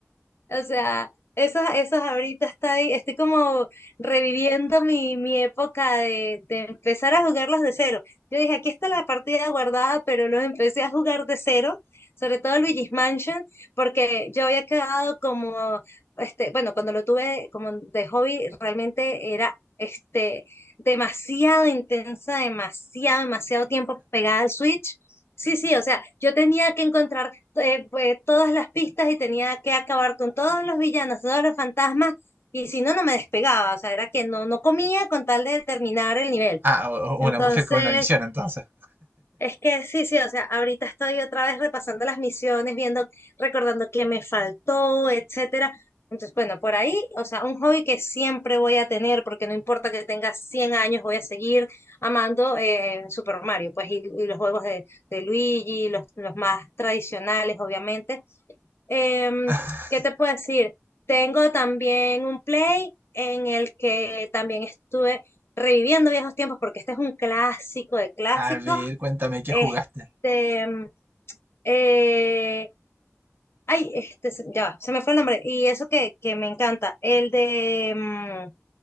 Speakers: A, on the left; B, on the right.
A: o sea, esos esos ahorita estoy, estoy como reviviendo mi, mi época de, de empezar a jugarlos de cero. Yo dije, aquí está la partida guardada, pero los empecé a jugar de cero, sobre todo Luigi's Mansion, porque yo había quedado como, este, bueno, cuando lo tuve como de hobby, realmente era este demasiado intensa, demasiado, demasiado tiempo pegada al Switch. Sí, sí, o sea, yo tenía que encontrar eh, pues, todas las pistas y tenía que acabar con todos los villanos, todos los fantasmas, y si no, no me despegaba, o sea, era que no, no comía con tal de terminar el nivel.
B: Ah, o-
A: Entonces,
B: o una mujer con una misión, entonces.
A: es que sí, sí, o sea, ahorita estoy otra vez repasando las misiones, viendo, recordando qué me faltó, etcétera. Entonces, bueno, por ahí, o sea, un hobby que siempre voy a tener, porque no importa que tenga 100 años, voy a seguir amando eh, Super Mario, pues, y, y los juegos de, de Luigi, los, los más tradicionales, obviamente Em,
B: <laughs>
A: ¿qué te puedo decir? Tengo también un play en el que también estuve reviviendo viejos tiempos porque este es un clásico de clásicos.
B: A ver, cuéntame, ¿qué
A: Este,
B: jugaste?
A: em, eh, ay, este, se- ya, va, se me fue el nombre. Y eso que, que me encanta, el de, em,